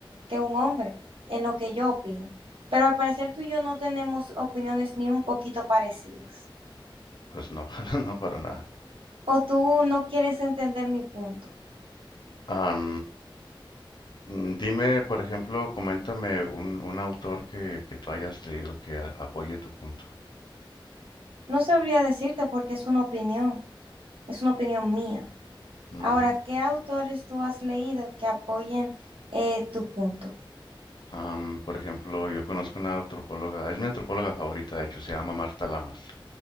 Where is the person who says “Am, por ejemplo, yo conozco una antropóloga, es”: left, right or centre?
Left